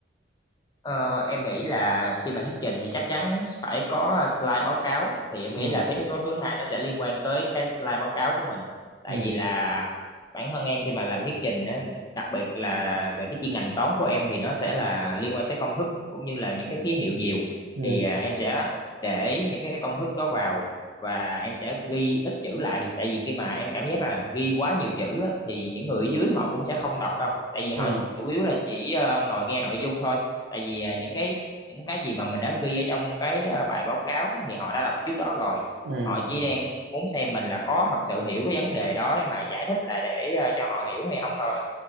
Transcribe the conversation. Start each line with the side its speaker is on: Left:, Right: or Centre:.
Left: Ờ, em nghĩ là khi mà thuyết trình thì chắc chắn phải có slide báo cáo thì em
Right: ừ
Left: nghĩ là cái yếu tố thứ hai nó sẽ liên quan tới cái slide báo cáo của mình tại
Right: ừ
Left: vì là bản thân em khi mà làm thuyết trình á, đặc biệt là về cái chuyên ngành toán của em thì nó sẽ là liên quan tới công thức cũng như là những cái ký hiệu nhiều
Right: ừ
Left: thì à, em sẽ để những cái công thức đó vào và em sẽ ghi ít chữ lại tại vì khi mà em cảm giác là ghi quá nhiều chữ á, thì những người ở dưới họ cũng sẽ không đọc đâu tại vì họ
Right: ừ
Left: chủ yếu là chỉ ờ, ngồi nghe nội dung thôi tại vì à, những cái những cái gì mà mình đã ghi ở trong cái à, bài báo cáo thì họ đã đọc trước đó rồi
Right: ừ
Left: họ chỉ
Right: ừ
Left: đang muốn xem mình là có thật sự hiểu cái vấn đề đó để mà giải thích là để à, cho họ hiểu hay không thôi